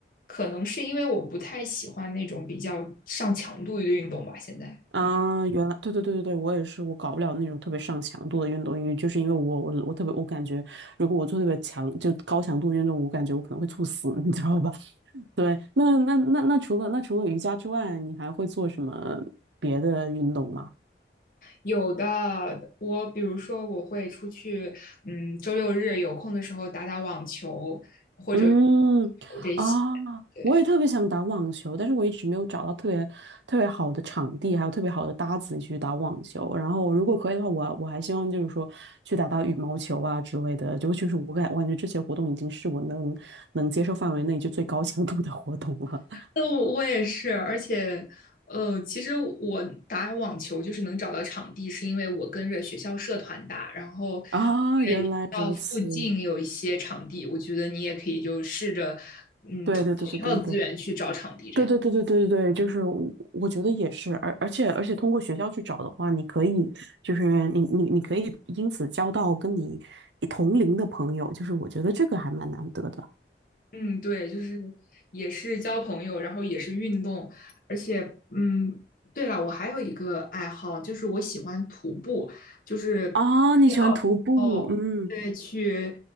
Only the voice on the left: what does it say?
可能是因为我不太喜欢那种比较上强度的运动吧，现在。
嗯。
有的，我比如说我会出去，嗯，周六日有空的时候打打网球或者
这些，
对。
那我我也是，而且，呃，其实我打网球就是能找到场地，是因为我跟着学校社团打，然后
对学校附近有一些场地，我觉得你也可以就试着，嗯，
通过学校的资源去找场地这样。
嗯，对，就是也是交朋友，然后也是运动，而且嗯，对了，我还有一个爱好，就是我喜欢徒步，就是天气好的时候，
对，去